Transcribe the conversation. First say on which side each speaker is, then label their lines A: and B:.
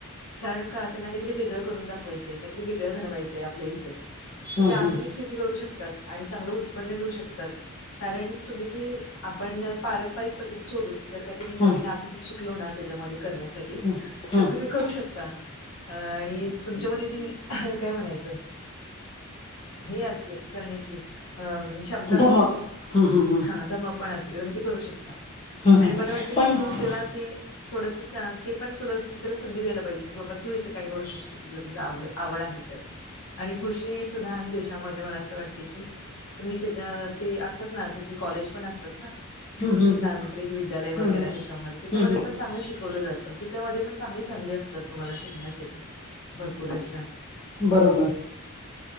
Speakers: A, on the left; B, on the left.
A: कारण का त्यांना काहीतरी वेगळं करून दाखवायचंय काहीतरी वेगळं घडवायचंय आपल्या इथे. तर
B: हम्म
A: ते आधुनिक
B: हम्म
A: शेती करू शकतात आणि चांगलं उत्पन्न घेऊ शकतात कारण तुम्ही जे... आपण पारंपरिक पद्धत सोडून जर काहीतरी नवीन
B: हम्म हम्म हम्म
A: आधुनिक शिकलो ना त्याच्यामध्ये.. करण्यासाठी
B: हम्म हम्म
A: तर तुम्ही करू शकता. अ आणि तुमच्यामध्ये ती काय म्हणायचं. हे असते करण्याची. अ क्षमता
B: धमक
A: असते,
B: हम्म हम्म
A: हा धमक पण असते तुम्ही ते करू शकता.
B: हम्म
A: आणि
B: हम्म हम्म
A: मला वाटतं की
B: पण हम्म
A: तू त्याला ते थोडस चांस ते पण तुला.. तू त्याला संधी द्यायला पाहिजे की बाबा तू इथं काय करू शकतोस तुला तुझ आवड आवड आहे तर. आणि कृषी प्रधान देशामध्ये मला असं वाटते की तुम्ही त्याच्या ते... म्हनतात ना तशि कॉलेज पण असतात ना कृषी
B: हम्म हम्म
A: तांत्रिक विद्यालय वगैरे
B: हम्म हम्म
A: ह्याच्यामध्ये. त्याच्यामध्ये
B: हम्म
A: पण चांगले शिकवले जातं तिच्यामध्ये पण चांग.. चांगली संधी असतात तुम्हाला शिकण्यासाठी भरपूर अशा..
B: बरोबर.